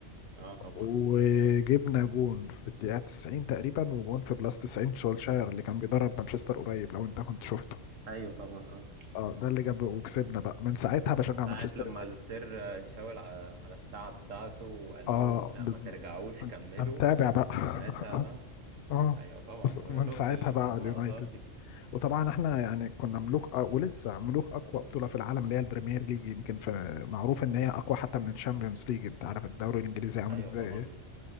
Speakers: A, on the right (about 80°); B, on the left (about 60°).
A: اه طبعا
B: وجبنا جون في الدقيقه 90 تقريبا وجون في بلاس 90 شولشاير اللي كان بيدرب مانشستر قريب لو انت كنت شفته
A: ايوه طبعا اه
B: اه ده اللي جاب وكسبنا بقى من ساعتها بشجع
A: ساعة
B: مانشستر
A: لما
B: يونايتد
A: السير آه، شاور على على الساعة بتاعته وقال
B: اه
A: لهم لا
B: بز
A: ما ترجعوش
B: انت
A: كملوا
B: متابع بقى <laughs>
A: وساعتها اه
B: اه
A: ايوه طبعا
B: بس
A: انا
B: من
A: شفت
B: ساعتها
A: اللقطات
B: بقى اليونايتد
A: دي
B: وطبعا احنا يعني كنا ملوك آه ولسه ملوك اقوى بطوله في العالم اللي هي البريمير ليج يمكن في معروف ان هي اقوى حتى من الشامبيونز ليج انت عارف الدوري الانجليزي عامل
A: ايوه
B: ازاي
A: طبعا
B: ايه